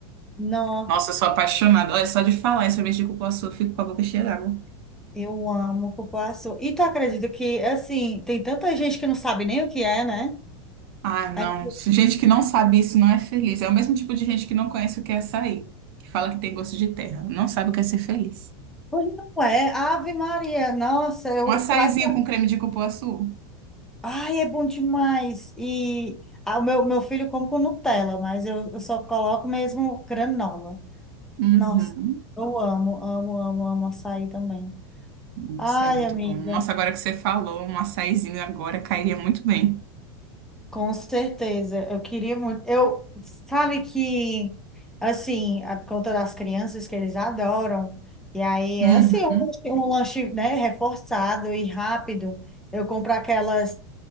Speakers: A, in the centre; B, on the right.
A: Nossa,
B: Nossa, eu sou apaixonada. Olha, só de falar em sorvete de cupuaçu, eu fico com a boca cheia d'água.
A: eu amo cupuaçu. E tu acredita que, assim, tem tanta gente que não sabe nem o que é, né?
B: Ah, não.
A: Aí,
B: Se Gente que não sabe isso não é feliz. É o mesmo tipo de gente que não conhece o que é açaí, que fala que tem gosto de terra. Não sabe o que é ser feliz.
A: pois não é. Ave Maria, nossa, eu
B: Um açaizinho
A: prato
B: com creme de cupuaçu.
A: Ai, é bom demais. E ah, o meu, meu filho come com Nutella, mas eu, eu só coloco mesmo granola.
B: Uhum.
A: Nossa, eu amo, amo, amo, amo açaí também.
B: Nossa,
A: Ai,
B: é muito
A: amiga.
B: bom. Nossa, agora que você falou, um açaizinho agora cairia muito bem.
A: Com certeza, eu queria muito. Eu, sabe que, assim, a- por conta das crianças que eles adoram, e aí
B: Uhum.
A: é assim, um, lanche, um lanche, né, reforçado e rápido. Eu compro aquelas,